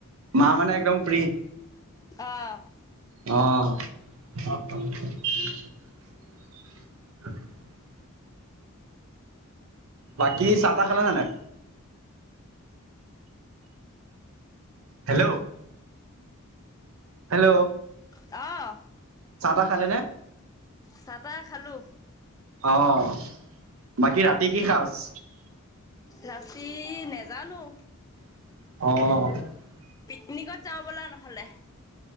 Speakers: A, on the right (about 70°); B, on the left (about 15°).
A: মা মানে একদম ফ্ৰি।
B: অ'
A: অ' <unintelligible> বাকী চাহ তাহ খালা নে নাই? হেল্ল, হেল্ল
B: অ'
A: চাহ তাহ খালে নে?
B: চাহ তাহ খালোঁ।
A: অ', বাকী ৰাতি কি সাজ?
B: ৰাতি নেজানো
A: অ'
B: পিকনিকত যাওঁ ব'লা নহ'লে